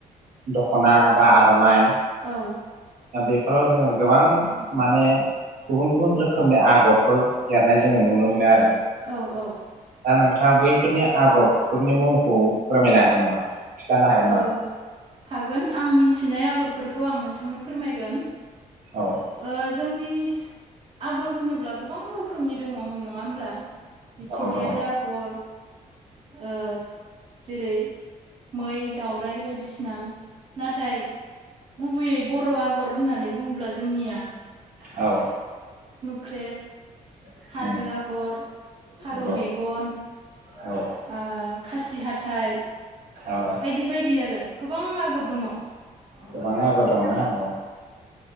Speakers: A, on the right; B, on the right.
A: दखना बा आर'ननाय
B: औ
A: दा बेफोराव जोङो गोबां माने गुबुन गुबुन रोखोमनि आगरफोर एरनाय जोङो नुनो मोनो आरो
B: औ औ
A: दा नोंथाङा बैफोरनि आगरफोरनि मुंखौ फोरमायनो हागोन नामा? खिन्थानो हागोन नामा
B: औ हागोन आं मिथिनाय आगरफोर खौ आं नोंथांनो फोरमायगोन
A: औ
B: ओ जोंनि आगर होनोब्ला गोबां रोख रोखोमनि दङ नङा होमब्ला मिथिंगायारि
A: औ दङ
B: आगर ओ जेरै दाउराइ बायदिसिना नाथाय गुबैयै बर' आगर होननानै बुङोब्ला जोंनिया
A: औ
B: ख्रेब
A: उम
B: हाजो आगर फारौ
A: नंगौ
B: मेगन
A: औ
B: ओ खासि हाथाय
A: औ
B: बायदि बायदि आरो गोबां आगर दङ
A: गोबांनो आगर दं ना औ